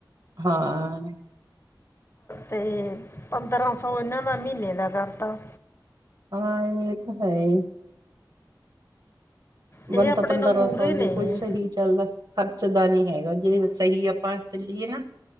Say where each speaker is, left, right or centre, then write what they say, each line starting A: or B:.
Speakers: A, on the right (about 60°); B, on the left (about 30°).
A: ਹਾਂ,
B: ਤੇ ਪੰਦਰਾਂ ਸੌ ਇਹਨਾਂ ਦਾ ਮਹੀਨੇ ਦਾ ਕਰਤਾ।
A: ਹਾਂਜੀ ਇਹ ਤਾਂ ਹੈ ਜੀ।
B: ਇਹ
A: ਬੰਦਾ
B: ਆਪਣੇ
A: ਪੰਦਰਾਂ
B: ਨੂੰ ਮੂਹਰੇ
A: ਸੌ
B: ਨੇ
A: ਜੇ ਕੋਈ ਸਹੀ ਚੱਲਦਾ ਖਰਚ ਦਾ ਨੀ ਹੈਗਾ ਜੇ ਸਹੀ ਆਪਾਂ ਚੱਲੀਏ ਨਾ।